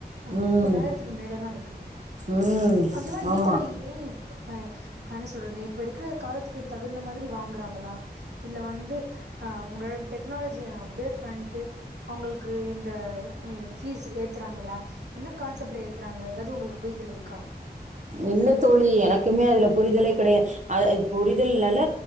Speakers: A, on the right (about 80°); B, on the right (about 45°).
A: ஆ
B: ம்
A: முப்பதாயிரத்துக்கு மேலதா இருக்குது
B: ம்
A: அதெல்லா
B: ஆமா
A: எவ்வளவு <unintelligible> என்ன சொல்றது இப்பருக் இருக்கிற காலத்துக்கு தகுந்த மாதிரி வாங்குறாங்களா இல்ல வந்து உங்களோட டெக்னாலஜி அப்டேட் பண்ணிட்டு அவங்களுக்கு <unintelligible> ம் ஃபீஸ் ஏத்துறாங்களா என்ன கான்செப்ட்ல ஏத்துறாங்க எதாவது உங்களுக்கு புரிதல் இருக்கா
B: இல்ல தோழி எனக்குமே அதுல புரிதலே கெடையாது ஆ ஆ புரிதல்னால